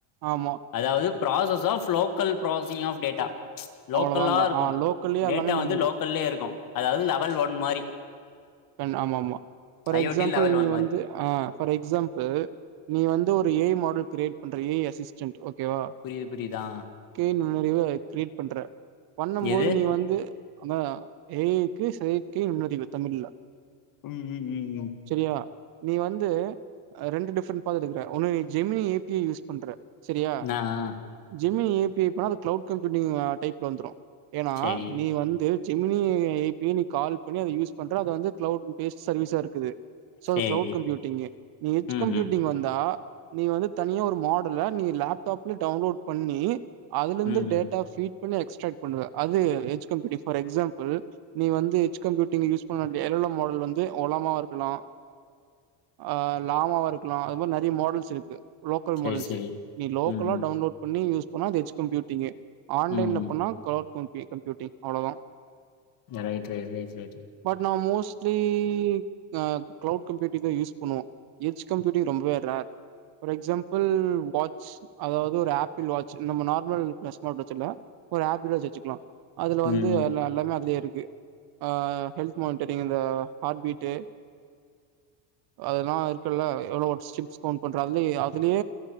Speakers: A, on the right; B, on the left.
A: ஆமா
B: அதாவது process of local processing of data லோக்கல்லா
A: அவ்ளோதான்டா
B: இருக்கும்
A: ஆ லோக்கல்லயே
B: டேட்டா
A: எல்லாமே முடிஞ்சிரு
B: வந்து லோக்கல்லயே இருக்கும் அதாது லெவல் ஒன் மாரி
A: பெண் ஆமா ஆமா for
B: I
A: example
B: O T level ஒன்
A: நீ
B: மாரி
A: வந்து ஆ ஃபார் எக்ஸாம்பிள் நீ வந்து ஏ ஐ மாடல் கிரியேட் பண்ற ஏ ஐ அசிஸ்டன்ட் ஓகேவா
B: புரிது புரிதா
A: கே நெறைவு கிரியேட் பண்ற பண்ணும் போது
B: எது
A: நீ வந்து அதா ஏ ஐ க்கு செயற்கை நுண்ணறிவு தமிழ்ல
B: ம் ம் ம் ம்
A: செரியா நீ வந்து ரெண்டு டிஃபரெண்ட் பாத்து எடுக்கற ஒன்னு நீ Gemini A P I use பண்ற செரியா
B: ஆ ஆ
A: ஜெமினி ஏபிஐ போனா அது கிளவுட் கம்ப்யூட்டிங் டைப்ல வந்துரும் ஏனா
B: செரி
A: நீ வந்து ஜெமினி ஏ பி ஐ நீ கால் பண்ணி அத யூஸ் பண்ற அது வந்து கிளவுட் பேஸ் சர்வீஸா இருக்குது சோ
B: சேரி
A: அது கிளவுட் கம்ப்யூட்டிங்கு நீ எஜ்
B: ம்
A: கம்யூட்டிங்
B: ம்
A: வந் தா நீ வந்து தனியா ஒரு மாடல நீ லேப்டாப்ல டவுன்லோட் பண்ணி அதுல இருந்து
B: ம்
A: டேட்டா
B: ம்
A: ஃபீட் பண்ணி எக்ஸ்ரக்ட் பண்ணுவ அது எஜ் கம்யுட்டீங் ஃபார் எக்ஸாம்பிள் நீ வந்து எஜ் கம்யூட்டிங் யூஸ் பண்ண எல்லோ மாடல் வந்து ஒலாமாவா இருக்கலாம் ஆ லாமாவா இருக்கலாம் அது மாரி நறைய மோடல்ஸ் இருக்கு லோக்கல்
B: செரி
A: மோடல்ஸ்
B: செரி
A: நீ லோக்கலா
B: ம் ம்
A: டவுன்லோட் பண்ணி யூஸ் பண்ணா அது எஜ் கம்ப்யூட்டிங்கு ஆன்லைன்ல
B: ம் ம்
A: பண்ணா கிளவுட் கப்யூட்டிங் அவ்ளோதான்
B: நறைய <unintelligible>
A: பட் நா மோஸ்ட்லி நான் க்ளவ் கம்ப்யூட்டிங் தான் யூஸ் பண்ணுவோம் எஜ் கம்ப்யூட்டிங் ரொம்பவே ரேர் ஃபார் எக்சாம்பிள் வாட்ச் அதாவது ஒரு ஆப்பிள் வாட்ச் நம்ம நார்மல் ஸ்மார்ட் வாட்ச் இல்ல ஒரு ஆப்பிள் வாட்ச் வச்சுக்கலாம் அதுல
B: ம்
A: வந்து
B: ம்
A: எல் எல்லாமே அதுலே இருக்கு அ ஹெல்த் மானிடரிங் அந்த ஹார்ட் பீட்டு அதெல்லாம் இருக்குல்ல எவ்ளோ ஒருஸ்ட்ரிப்ஸ் கவுண்ட் பண்ற அதுலய அ அதலே